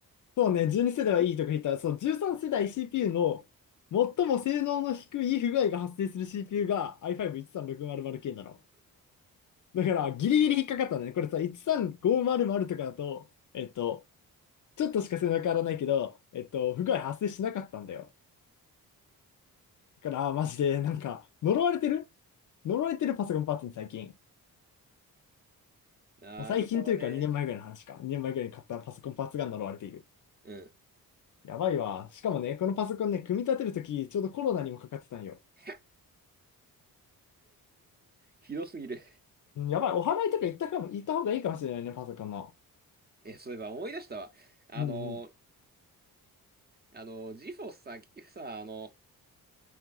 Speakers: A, on the left; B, on the right.
A: そうね、12世代はいいとか言ったら、その13世代 CPU の最も性能の低い不具合が発生する CPU が i5-13600K なの。だから、ギリギリ引っかかったんだね。これさ、13500とかだと、えっと、ちょっとしか背中変わらないけど、えっと、不具合発生しなかったんだよ。だから、マジで、なんか、呪われてる呪われてるパソコンパーツに最近。
B: <laughs> なるほどね。
A: まあ最近というか2年前ぐらいの話か。2年前ぐらいに買ったパソコンパーツが呪われている。
B: うん。
A: やばいわ。しかもね、このパソコンね、組み立てるとき、ちょうどコロナにもかかってたんよ。
B: <laughs> ひどすぎる。
A: うん、やばい。お祓いとか行ったかも、行った方がいいかもしれないね、パソコンの。
B: え、そういえば思い出したわ。あの、
A: うんうん。
B: あの、ジフォ r さ、結局さ、あの、